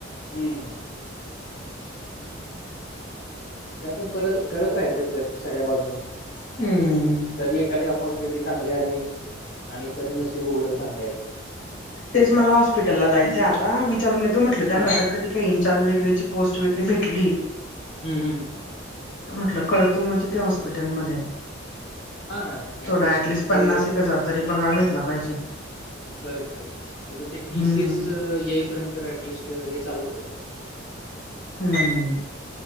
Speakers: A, on the left; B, on the left.
A: हम्मं ते पणं परंत करतं राहायचं रे प्रयंत्न सगळ्यां बाजूंनी
B: हम्मं
A: कधीं एखांदी ऑपॉर्च्युनिटी चांगली आली आणि कधीं नसेशी ब उघडं सांग
B: तेचं मलां हॉस्पिटल लां जायचं आतां विचारूंन येतो म्हटलं त्यांनां
A: हा
B: जरं कधीं कांहीं इनचार्ज वगैरेंची पोस्ट वगैरें भेटली
A: हम्मं हम्मं हम्मं
B: म्हटलं करतों मंग तिथे हॉस्पिटलमंध्ये
A: नाही हां ॲटलिस्ट
B: थोडा ऍटलिस्ट
A: ते
B: पन्नास एक हजार तरी पगार भेटला पाहिजे.
A: करेक्ट, करेक्ट तुझं ते टी,
B: हम्म.
A: सी, एस येईपर्यंत ऍटलिस्ट हे चालूकर.
B: हम्म, हम्म